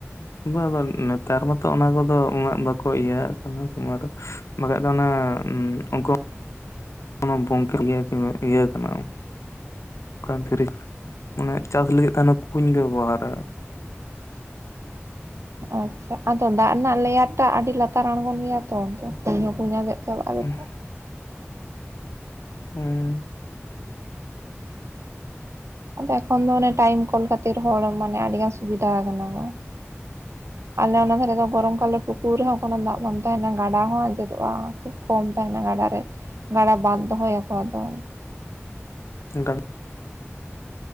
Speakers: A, on the left; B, on the right.
A: ᱵᱟᱝ ᱵᱟᱝ ᱱᱮᱛᱟᱨ ᱢᱟᱛᱚ ᱚᱱᱟ ᱠᱚᱫᱚ ᱩᱱᱟᱹᱜ ᱵᱟᱠᱚ ᱤᱭᱟᱹ ᱟᱜ ᱠᱟᱱᱟ ᱛᱳᱢᱟᱨ ᱵᱟᱠᱷᱟᱡ ᱫᱚ ᱚᱱᱟ ᱩᱱᱠᱩ <unintelligible> ᱤᱭᱟᱹ ᱠᱟᱱᱟ ᱠᱟᱱ ᱫᱷᱤᱨᱤ ᱢᱟᱱᱮ ᱪᱟᱥ ᱞᱟᱹᱜᱤᱫ ᱦᱟᱱᱮ ᱠᱩᱸᱧ ᱠᱚ ᱵᱮᱵᱚᱦᱟᱨᱟ
B: ᱟᱪᱪᱷᱟ ᱟᱫᱚ ᱫᱟᱜ ᱨᱮᱱᱟᱜ ᱞᱮᱭᱟᱨ ᱴᱟᱜ ᱟᱹᱰᱤ ᱞᱟ ᱛᱟᱨ ᱟᱲᱜᱳᱱ ᱜᱮᱭᱟ ᱛᱚ ᱠᱩᱸᱧ ᱦᱚᱸ ᱠᱩᱸᱧ ᱟᱸᱡᱮᱫ ᱪᱟᱵᱟᱜ-ᱟ
A: <inaudible>
B: ᱡᱚ
A: ᱦᱩᱸ
B: ᱟᱫᱚ ᱮᱠᱷᱚᱱ ᱫᱚ ᱴᱟᱭᱤᱢ ᱠᱚᱞ ᱠᱷᱟᱛᱤᱨ ᱦᱚᱲ ᱢᱟᱱᱮ ᱟᱹᱰᱤ ᱜᱟᱱ ᱥᱩᱵᱤᱫᱷᱟ ᱠᱟᱱᱟ ᱠᱚ ᱟᱞᱮ ᱚᱱᱟ ᱫᱷᱟᱨᱮ ᱫᱚ ᱜᱚᱨᱚᱢ ᱠᱟᱞ ᱠᱩ ᱯᱩᱨᱟᱹ ᱦᱚᱸ ᱠᱳᱱᱳ ᱫᱟᱜ ᱵᱟᱝ ᱛᱟᱦᱮᱱᱟ ᱜᱟᱰᱟ ᱦᱚᱸ ᱟᱸᱡᱮᱫᱚᱜ-ᱟ ᱠᱷᱩᱵ ᱠᱚᱢ ᱛᱟᱦᱮᱱᱟ ᱜᱟᱰᱟᱨ ᱨᱮ ᱜᱟᱰᱟ ᱵᱟᱫ ᱫᱚᱦᱚᱭᱟᱠᱚᱣᱟ ᱟᱫᱚ
A: <unintelligible>